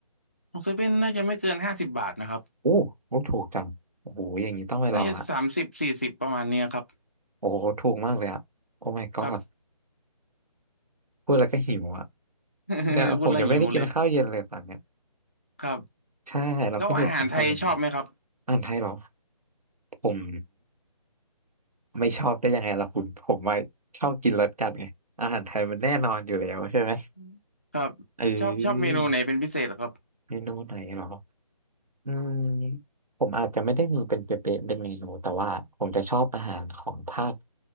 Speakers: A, on the left; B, on the right.
A: ของเซเว่นน่าจะไม่เกินห้าสิบบาทนะครับ
B: โอ้โหถูกจังโอ้โหอย่างนี้ต้องไปลองละ
A: น่าจะสามสิบสี่สิบประมาณเนี้ยครับ
B: โอ้โหถูกมากเลยอะโอ้ my god
A: ครับ
B: พูดแล้วก็หิวอ่ะ
A: <laughs>
B: เนี่ยผมยังไม่ได้กินข้าวเย็นเลยตอนเนี้ย
A: พูดแล้วหิวเลยครับ
B: ใช่เลาคุณอยู่กินข้าวเย็นไหม
A: แล้วอาหารไทยชอบไหมครับ
B: อาหารไทยเหรอผมไม่ชอบได้ยังไงล่ะคุณผมว่าชอบกินรสจัดไงอาหารไทยมันแน่นอนอยู่แล้วใช่ไหม
A: <laughs> ครับชอบชอบเมนูไหนเป็นพิเศษเหรอครับ
B: เออเมนูไหนเหรออืมผมอาจจะไม่ได้มีเป็นเป๊ะๆเป็นเมนูแต่ว่าผมจะชอบอาหารของภาค